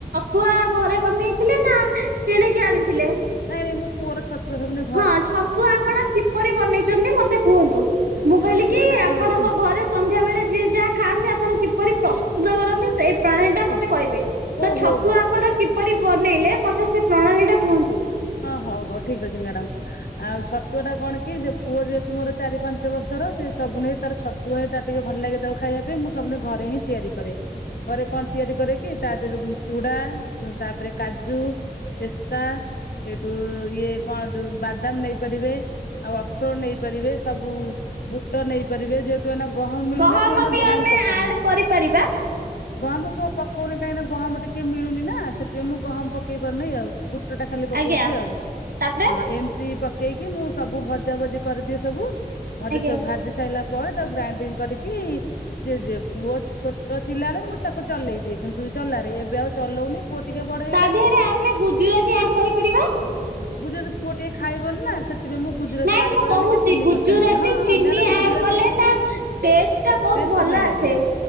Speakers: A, on the right; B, on the left.
A: ତୁଆ ଘରେ ବନେଇଥିଲେ ନା କିଣିକି ଆଣିଥିଲେ?
B: ନାଇଁ ନାଇଁ ମୁଁ ପୁଅର ଛତୁଆ ସବୁଦିନେ
A: ହଁ ଛତୁଆ ଆପଣ କିପରି ବନେଇଛନ୍ତି ମତେ କୁହନ୍ତୁ?
B: ଛତୁଆ
A: ମୁଁ କହିଲି କି
B: ଟା
A: ଆପଣଙ୍କ
B: କଣ
A: ଘରେ ସନ୍ଧ୍ୟା ବେଳେ ଯିଏ ଯାହା ଖାଆନ୍ତି ଆପଣ କିପରି ପ୍ରସ୍ତୁତ କରନ୍ତି ସେଇ ପ୍ରଣାଳୀ ଟା ମତେ
B: ଓ
A: କହିବେ ତ
B: ଓହୋ
A: ଛତୁଆ
B: ହୋ
A: ଆପଣ କିପରି ବନେଇଲେ ମତେ ସେ ପ୍ରଣାଳୀ ଟା କୁହନ୍ତୁ?
B: ହଁ ହଉ ହଉ ଠିକ ଅଛି ମ୍ୟାଡାାମ ଆଉ ଛତୁଆ ଟା କଣ କି ପୁଅ ଯେହେତୁ ମୋର ଚାରି ପାଞ୍ଚ ବର୍ଷ ର ସେ ସବୁଦିନେ ତାର ଛତୁଆ ହିଁ ତାର ଟିକେ ଭଲ ଲାଗେ ତାକୁ ଖାଇଆ ପାଇଁ ମୁଁ ସବୁଦିନେ ଘରେ ହିଁ ତିଆରି କରେ। ଘରେ କଣ ତିଆରି କରେ କିି ତା ଦେହରେ ଚୁଡା, ତାପରେ କାଜୁ ଏସ୍ତା ଏଇଠୁ ଇଏ କଁ ଯୋଉ ବାଦାମ ନେଇପାରିବେ ଆଉ ଅକ୍ରୋଟ ନେଇପାରିବେ, ସବୁ ବୁଟ ନେଇପାରିବେ, ଯେ ତୁ ଏନା ଗହମ ମିଳୁନେଇ
A: ଗହମ
B: ମୁଁ ଏନା
A: ବି
B: ଗହମ
A: ଆମେ
B: ପକଉନାଇ।
A: ଆଡ କରିପାରିବା
B: ଗହମ ପ ପକଉନି କାହିଁକି ନା ଗହମ ଟିକେ ମିଳୁନି ନା ସେଥିପାଇଁ ମୁଁ ଗହମ ପ ପକେଇ ପାରୁନି ଆଉ ବୁଟ ଟା ଖାଲି ପକଉଚି
A: ଆଜ୍ଞା
B: ଆଉ
A: ତାପରେ
B: ହଁ ଏମ ପକେଇକି ମୁଁ ସବୁ ଭଜା ଭଜି କରିଦିଏ ସବୁ, ଭଜା
A: ଆଜ୍ଞା।
B: ସବୁ ଭା ସାରିଲା ପରେ ତାକୁ ଗ୍ରାଇଡିଙ୍ଗ କରିକି ଫି ଯେ ଯେ ପୁଅ ଛୋଟ ଥିଲାବେଳେ ମୁଁ ତାକୁ ଚଲେଇ ଦିଏ, କିନ୍ତୁ ଚଲାରେ ଏବେ ଆଉ ଚଲଉନି। ପୁଅ ଟିକେ ବଡ ହେଇଗଲାଣି
A: ତା ଦେହରେ ଆମେ ଗୁଜୁରାତି ଆଡ କରିପାରିବା?
B: ଗୁ ଯଦି ପୁଅ ଟିକେ ଖାଇବନି ନା ସେ ମୁଁ ଗୁଜୁରାତି
A: ନାଇଁ
B: ଆଡ
A: ମୁଁ
B: କରେନି
A: କହୁଛି
B: କି ଚିନି
A: ଗୁଜୁରାତି
B: ପକାଇନି ହଁ
A: ଚିନି
B: ହଁ ମ୍ୟାଡାମ
A: ଆଡ
B: ଗୁଜୁରାତି
A: କଲେ ତା ଟେଷ୍ଟ ଟା ବହୁତ
B: ଟେଷ୍ଟ ଭଲ ଲାଗିବ
A: ଆସେ